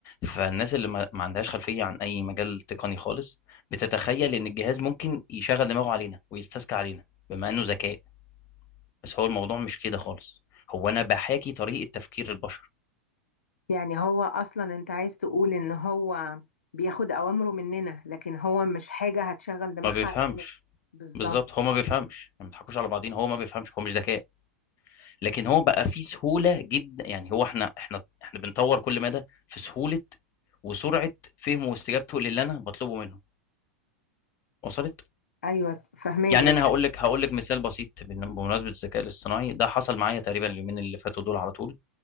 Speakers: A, on the left; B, on the left.
A: فالناس اللي ما ما عندهاش خلفية عن أي مجال تقني خالص بتتخيل إن الجهاز ممكن يشغل دماغه علينا ويستذكى علينا بما إنه ذكاء بس هو الموضوع مش كده خالص هو أنا بحاكي طريقة تفكير البشر
B: يعني هو اصلا انت عايز تقول ان هو بياخد اوامره مننا لكن هو مش حاجة هتشغل دماغها
A: ما بيفهمش
B: علينا بالظبط
A: بالظبط هو ما بيفهمش يعني ما تضحكوش على بعضين هو ما بيفهمش هو مش ذكاء لكن هو بقى فيه سهولة جدا يعني هو احنا احنا احنا بنطور كل مدى في سهولة وسرعة فهمه واستجابته للي انا بطلبه منه وصلت
B: ايوه فهماك
A: يعني
B: بس
A: انا هقول لك هقول لك مثال بسيط بن- بمناسبة الذكاء الاصطناعي ده حصل معايا تقريبا اليومين اللي فاتوا دول على طول